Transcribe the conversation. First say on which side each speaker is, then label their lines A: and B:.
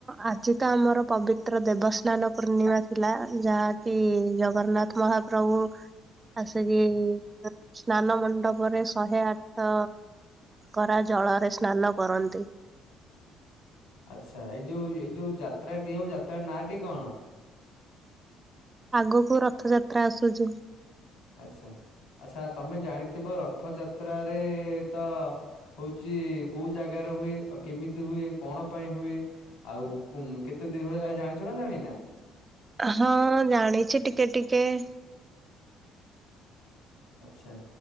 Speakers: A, on the right (about 25°); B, on the left (about 65°).
A: ଆଜି ତ ଆମର ପବିତ୍ର ଦେବସ୍ନାନ ପୂର୍ଣ୍ଣିମା ଥିଲା। ଯାହାକି ଜଗନ୍ନାଥ ମହାପ୍ରଭୁ ଆସିକି ସ୍ନାନ ମଣ୍ଡପରେ ଶହେ ଆଠ କରା ଜ ଜଳରେ ସ୍ନାନ କରନ୍ତି।
B: ଆଚ୍ଛା ଏଇ ଯୋଉ ଏଇ ଯୋଉ ଯାତ୍ରାଟି ଆଉ ଯାତ୍ରା ନାଁଟି କଣ?
A: ଆଗକୁ ରଥଯାତ୍ରା ଆସୁଛି।
B: ଆଚ୍ଛା। ଆଚ୍ଛା ତୋମେ ଜାଣିଥିବ ରଥ ଯାତ୍ରାରେ ତ ହଉଚି କୋଉ ଜାଗା ହୁଏ। ଆଉ କେମିତି ହୁଏ? କଣ ପାଇଁ ହୁଏ? ଆଉ ଉଁ, କେତେ ଦିନ ହୁଏ? ଏହା ଜାଣିଛ ନା ଜାଣିନା?
A: ହଁ ଜାଣିଛି ଟିକିଏ ଟିକିଏ।
B: ଆଚ୍ଛା।